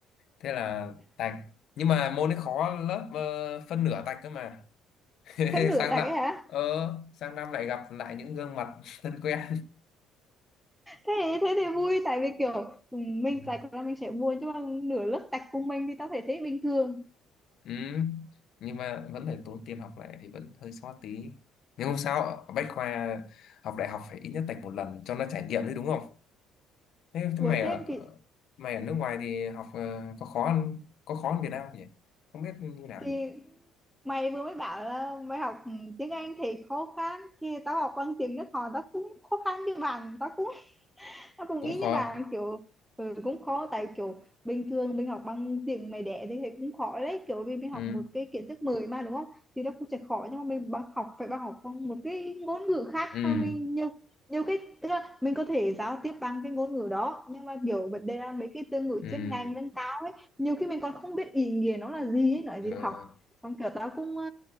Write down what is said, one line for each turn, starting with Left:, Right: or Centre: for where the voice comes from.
Left: thế là tạch nhưng mà môn ấy khó lớp ờ, phân nửa tạch cơ mà <laughs>
Centre: phân nửa
Left: sang
Centre: tạch
Left: năm
Centre: ấy hả?
Left: ờ sang năm lại gặp lại những gương mặt <laughs> thân quen
Centre: thế thế thì vui tại vì kiểu ừ, mình
Left: ừ.
Centre: tạch là mình sẽ buồn chứ mà nửa lớp tạch cùng mình thì tao thể thấy bình thường
Left: Ừ, nhưng mà vẫn phải tốn tiền học lại thì vẫn hơi xót tí. Nhưng không sao, Bách Khoa học đại học phải ít nhất tạch một lần cho nó trải nghiệm đấy đúng không? Thế, thế
Centre: Ủa
Left: mày ở
Centre: thêm thì
Left: mày ở nước ngoài thì học ờ, có khó hơn- có khó hơn Việt Nam không nhỉ? Không biết như nào
Centre: thì
Left: nhỉ?
Centre: mày vừa mới bảo là mày học ừ, tiếng Anh thì khó khăn thì tao học bằng tiếng nước họ tao cũng khó khăn như bạn tao cũng nó cũng
Left: Cũng
Centre: ý
Left: khó.
Centre: như bạn kiểu ừ, cũng khó tại kiểu bình thường mình học bằng tiếng mẹ đẻ thì thấy cũng khó đấy kiểu vì mình học
Left: Ừ,
Centre: một cái kiến thức mới mà đúng không thì nó cũng sẽ khó nhưng mà mình bằng học phải bằng học bằng một cái ngôn ngữ khác
Left: ừ,
Centre: mà mình nhiều nhiều cái tức là mình có thể giao tiếp bằng cái ngôn ngữ đó nhưng mà kiểu vấn đề là mấy cái từ ngữ
Left: ừ.
Centre: chuyên ngành nâng cao ấy nhiều khi mình còn không biết ý nghĩa nó là gì ấy nói
Left: ờ.
Centre: gì học xong kiểu tao cũng ờ,